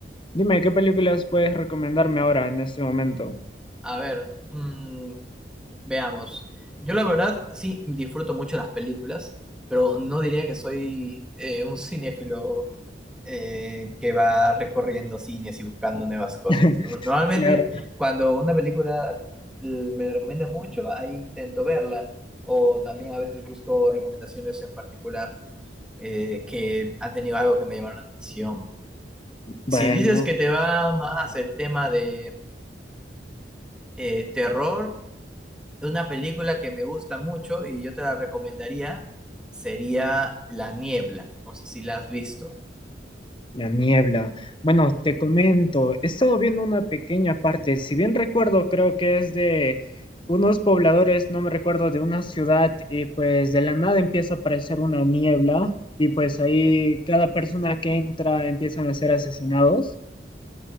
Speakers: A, on the left; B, in the centre.
A: dime, ¿qué películas puedes recomendarme ahora en este momento?
B: a ver, mm, veamos. Yo la verdad sí disfruto mucho las películas, pero no diría que soy eh, un cinéfilo eh, que va recorriendo cines y buscando nuevas cosas.
A: <laughs>
B: No- Normalmente
A: Claro.
B: cuando una película eh, me la recomienda mucho, ahí intento verla, o también a veces busco recomendaciones en particular eh, que han tenido algo que me llamaron la atención.
A: Bueno,
B: Si dices que te va más el tema de eh, terror, Una película que me gusta mucho y yo te la recomendaría sería La Niebla. No sé si la has visto.
A: la niebla. Bueno, te comento, he estado viendo una pequeña parte, si bien recuerdo, creo que es de unos pobladores, no me recuerdo, de una ciudad y pues de la nada empieza a aparecer una niebla y pues ahí cada persona que entra empiezan a ser asesinados.